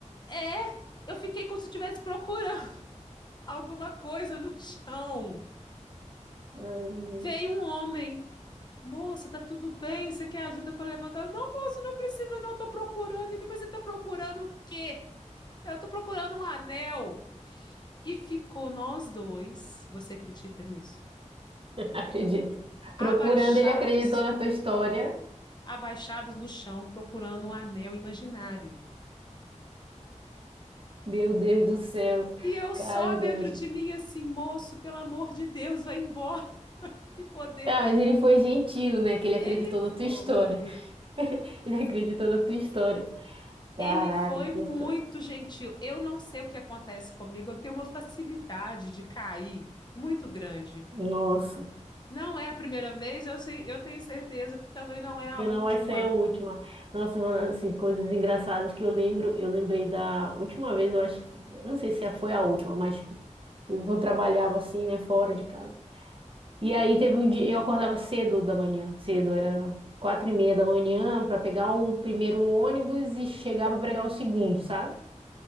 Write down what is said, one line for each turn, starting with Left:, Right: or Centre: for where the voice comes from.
Left: É, eu fiquei como se eu estivesse procurando <laughs> alguma coisa no chão.
Right: Ai,
Left: Veio um homem. Moça, tá tudo bem? Você quer ajuda para levantar? não, moço, não precisa, não. Eu tô procurando ele, mas você tá procurando o quê? Eu tô procurando um anel. E ficou nós dois. Você acredita nisso?
Right: <laughs> Acredito.
Left: abaixados,
Right: Procurando, ele acreditou na tua história.
Left: abaixados no chão, procurando um anel imaginário.
Right: Meu Deus do céu.
Left: E eu só
Right: Cara, eu fico
Left: dentro
Right: imaginando.
Left: de mim assim, moço, pelo amor de Deus, vai embora <laughs> e poder.
Right: Ah, mas ele foi gentil, né? Que ele
Left: Ele
Right: acreditou
Left: foi.
Right: na tua história. <laughs> Ele acreditou na tua história. Caraca,
Left: Ele foi
Right: que
Left: muito
Right: história.
Left: gentil. Eu não sei o que acontece comigo, eu tenho uma facilidade de cair muito grande.
Right: Nossa,
Left: Não é a primeira vez, eu, sei, eu tenho certeza que também não é a
Right: que
Left: última.
Right: não vai ser a última. Nossa, mano, assim, coisas engraçadas que eu lembro. Eu lembrei da última vez, eu acho, eu não sei se foi a última, mas eu trabalhava assim, né, fora de casa. E aí teve um dia, eu acordava cedo da manhã, cedo, era quatro e meia da manhã para pegar o primeiro ônibus e chegar para pegar o segundo, sabe?